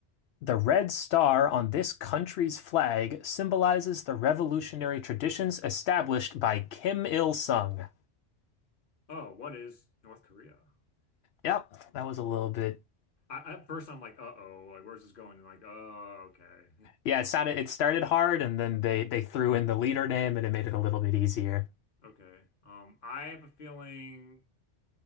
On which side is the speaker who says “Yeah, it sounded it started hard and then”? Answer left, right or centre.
Left